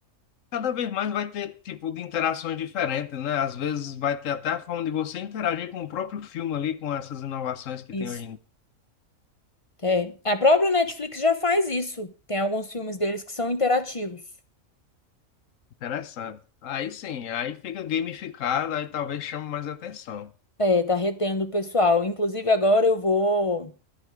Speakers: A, on the left; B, on the left.
A: Cada vez mais vai ter tipo de interações diferentes, né? Às vezes vai ter até a forma de você interagir com o próprio filme ali, com essas inovações que
B: Isso.
A: tem hoje em dia.
B: É. A própria Netflix já faz isso. Tem alguns filmes deles que são interativos.
A: Interessante. Aí sim, aí fica gamificado, aí talvez chame mais atenção.
B: É, tá retendo o pessoal. Inclusive, agora eu vou,